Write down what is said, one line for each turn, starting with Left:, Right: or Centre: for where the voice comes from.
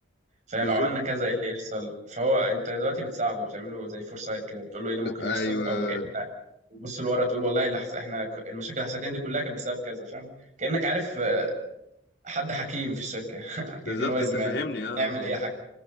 Right: فلو
Left: بالظبط
Right: عملنا كذا ايه اللي يحصل فهو انت دلوقتي بتساعده بتعمله زي فورسايت كده بتقول له ايه اللي ممكن
Left: ايوه
Right: يحصل او احنا بتبص لورا تقول والله اللي حص... احنا ك- المشاكل اللي حصلت دي كلها كانت بسبب كذا فاهم كأنك عارف آه، حد حكيم في الشركة <laughs> جايبين
Left: بالظبط
Right: وايز
Left: انت
Right: مان
Left: فاهمني اه آه،
Right: نعمل ايه يا حاج